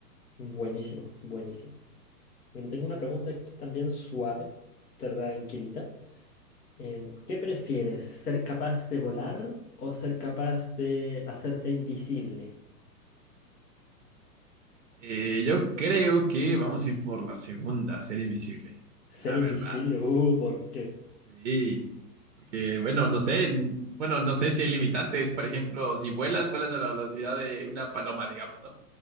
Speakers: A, on the left (about 65°); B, on the right (about 50°).
A: Buenísimo, buenísimo. Mira, tengo una pregunta aquí también suave, tranquilita. Em, ¿qué prefieres? ¿Ser capaz de volar o ser capaz de hacerte invisible?
B: Eh, yo creo que vamos a ir por la segunda, ser invisible.
A: Ser
B: La
A: invisible,
B: verdad.
A: uh, ¿por qué?
B: Sí, porque bueno, no sé, n- bueno, no sé si hay limitantes, por ejemplo, si vuelas, vuelas a la velocidad de una paloma, digamos, ¿no?